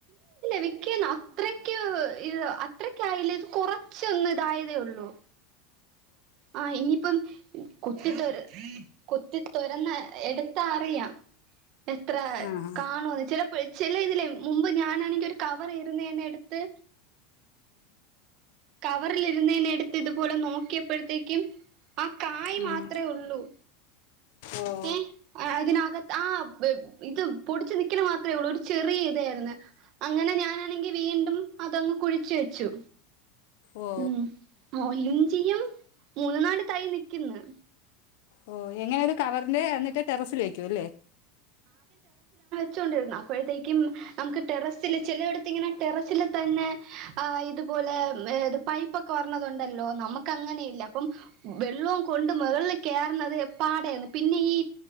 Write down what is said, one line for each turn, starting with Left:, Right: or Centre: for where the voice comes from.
Right: വികൊന്ന് അത്രയ്ക്ക്ഹ് അത്രക്കായില്ല ഇത് കൊറചോന്ന് ഇതായതേ ഉള്ളു ആ ഇനിയിപ്പം കൊത്തിത്തൊര കൊത്തിത്തൊര എറന്ന എടുത്ത അറിയാഎത്ര
Left: ആ ഉം
Right: കാണോ ചെല ചില ഇതിലെ മുമ്പ് ഞാനാണെങ്കി ഒരു കവറിരുന്ന ഞാൻ എടുത്ത് കവറിലിരുന്നേന എടുത്ത് ഇതുപോലെ നോക്കിയപ്പോഴത്തേക്കും ആ കായ്
Left: ഉം
Right: മാത്രേ ഉള്ളൂ
Left: ഓ
Right: ഏ അതിനകത്ത് ആ ഇത് പൊടിച്ചു നിക്കണ മാത്രേ ഉള്ളൂ ഒരു ചെറിയ ഇതായിരുന്നു അങ്ങനെ ഞാനാണെങ്കി വീണ്ടും അതങ്ങ് കുഴിച്ചു വെച്ചു
Left: ഓ
Right: ഉം മോ ഇഞ്ചിയും മൂന്നു നാട് തൈ നിക്കുന്നു
Left: ഓ എങ്ങനെയാ ഇത് കവറില് എന്നിട്ട് ടെറസില് വയ്ക്കുല്ലേ
Right: <unintelligible> അപ്പഴത്തേക്കും നമുക്ക് ടെറസില് ചെലടത്ത് ഇങ്ങനെ ടെറസില് തന്നെ ആ ഇതുപോ ലൊ പൈപ്പൊക്കെ വർണത്ണ്ടല്ലോ നമുക്കങ്ങനെയില്ല അപ്പം വെള്ളവും കൊണ്ട് മുകള കേറുന്നത് പാടായിരുന്നു പിന്നെ ഈ